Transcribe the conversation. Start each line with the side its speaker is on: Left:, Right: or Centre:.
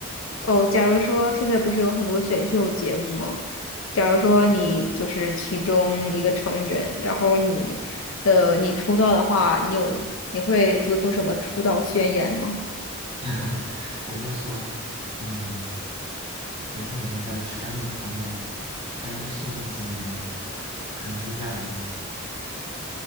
Left: 哦，假如说现在不是有很多选秀节目吗？假如说你就是其中一个成员，然后你，呃，你出道的话，你有你会做出什么出道宣言吗？
Right: <laughs> 我就说，嗯，我是你们的全民朋友，全民树洞之类的，可能是这样的。